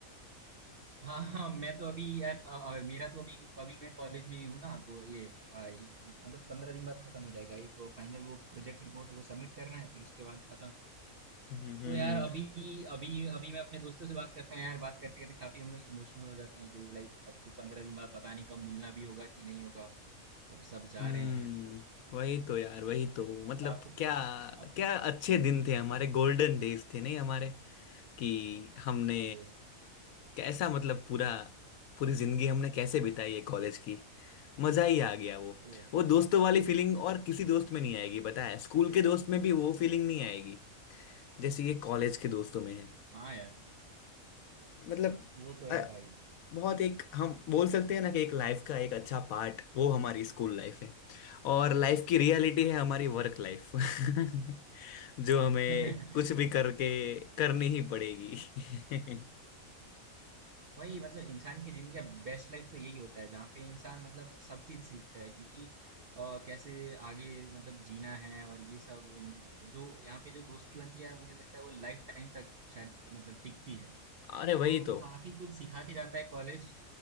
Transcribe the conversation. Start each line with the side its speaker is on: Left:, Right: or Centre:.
Right: हाँ हाँ मैं तो अभी यार अ, अ, मेरा तो अभी अभी मैं कॉलेज में ही हूँ ना तो ये अ, ये- मतलब पंद्रह दिन बाद खत्म हो जाएगा एक फाइनल वो प्रोजेक्ट रिपोर्ट वो सबमिट करना है फिर उसके बाद खत्म
Left: हम्म हम्म
Right: तो यार
Left: हम्म,
Right: अभी अभी अभी मैं अपने दोस्तों से बात करता हूँ यार बात करते करते काफी हम लोग इमोशनल हो जाते हैं कि लाइक अब तो पंद्रह दिन बाद पता नहीं कब मिलना भी होगा कि नहीं होगा कब सब जा
Left: हम्म,
Right: रहे हैं
Left: वही तो यार वही तो मतलब
Right: काफी
Left: क्या
Right: काफी
Left: क्या अच्छे दिन थे हमारे गोल्डन डेज थे नहीं हमारे कि हमने
Right: ये
Left: कैसा मतलब पूरा पूरी जिंदगी हमने कैसे बिताई है कॉलेज की मजा ही आ गया वो
Right: ये
Left: वो दोस्तों वाली फीलिंग और किसी दोस्त में नहीं आएगी पता है स्कूल के दोस्त में भी वो फीलिंग नहीं आएगी जैसे ये कॉलेज के दोस्तों में है
Right: हाँ यार
Left: मतलब
Right: वो तो है
Left: अ,
Right: भाई
Left: बहुत एक हम बोल सकते हैं ना कि एक लाइफ का एक अच्छा पार्ट वो हमारी स्कूल लाइफ है और लाइफ की रियलिटी है हमारी वर्क लाइफ <laughs> जो हमें
Right: <laughs>
Left: कुछ भी
Right: ना
Left: करके करनी ही पड़ेगी <laughs>
Right: वही मतलब इंसान की जिंदगी का बेस्ट लाइफ तो यही होता है जहाँ पे इंसान मतलब सब चीज सीखता है क्योंकि अ, कैसे आगे मतलब जीना है और ये सब न- जो यहाँ पे जो दोस्ती बनती है यार मुझे लगता है वो लाइफ टाइम तक शायद मतलब टिकती है
Left: अरे
Right: तो
Left: वही तो
Right: काफी कुछ सिखा के जाता है कॉलेज